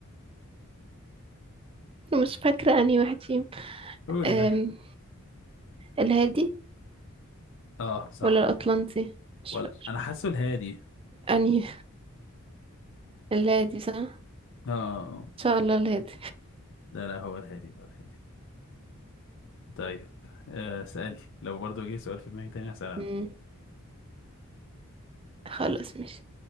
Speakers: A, on the right; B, on the left.
A: مش فاكرة انهي واحد فيهم
B: قولي
A: أم...
B: طيب
A: الهادي
B: آه صح
A: ولا الأطلنطي مش
B: ولا
A: فاكرة
B: أنا حاسه الهادي
A: انهي الهادي صح ان
B: آه
A: شاء الله الهادي
B: لا لا هو الهادي هو الهادي طيب آه، اسألي لو برضو جه سؤال في دماغي تاني هسأل أنا
A: مم. خلاص مش